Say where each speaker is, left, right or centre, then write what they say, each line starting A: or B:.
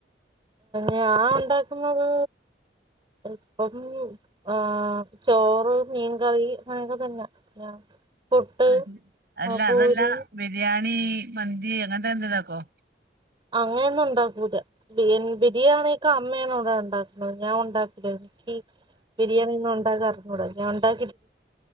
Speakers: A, on the right (about 25°); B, on the right (about 55°).
A: ഞാൻ ഒണ്ടാക്കുന്നത് ഇപ്പം ആ ചോറ് മീൻകറി അങ്ങനെക്കെ തന്നെ ഞാൻ. പുട്ട്
B: ആ ശരി അല്ല
A: ആ പൂരി
B: അതല്ല ബിരിയാ ണി മന്തി അങ്ങനത്തെ എന്തേലും ആക്കോ?
A: അങ്ങൻന്നും ഉണ്ടാക്കൂല ബി ബിരിയാണിക്കെ അമ്മയാണ് ഇവിടെ ഒണ്ടാക്കുന്നത് ഞാൻ ഒണ്ടാക്കൂല ഈ ബിരിയണീന്നാ അതറിഞ്ഞൂടാ ഞാണ്ടാ